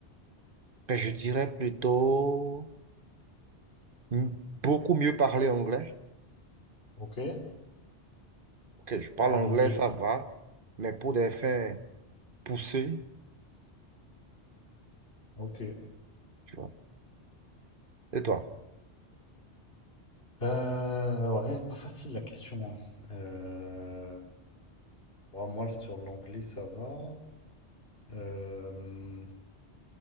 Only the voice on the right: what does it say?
Ben, je dirais plutôt m- beaucoup mieux parler anglais.
Ok, je parle
anglais,
ça va, mais pour des fins poussées,
tu vois. Et
toi?